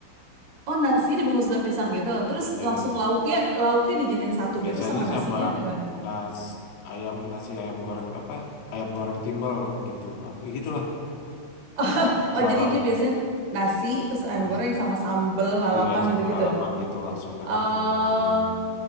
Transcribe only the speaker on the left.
Iya.
Biasanya
sama
nas ayam nasi ayam goreng apa? Ayam goreng timbal gitu. Apa- Gitulah
salah.
Nas,
iya sama
lalapan gitu lah. Sunda
kan lalapan banget.